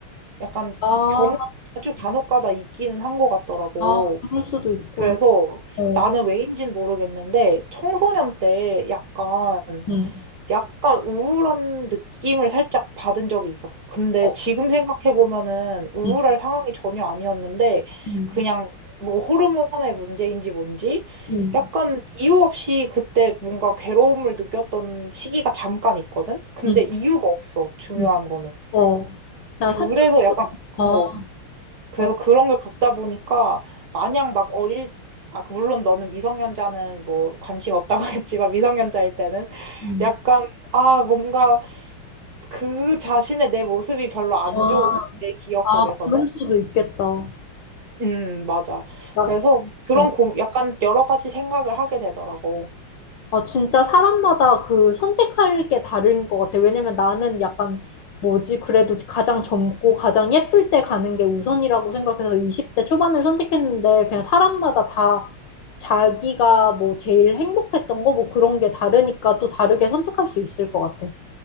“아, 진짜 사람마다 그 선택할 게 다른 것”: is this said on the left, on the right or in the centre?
Left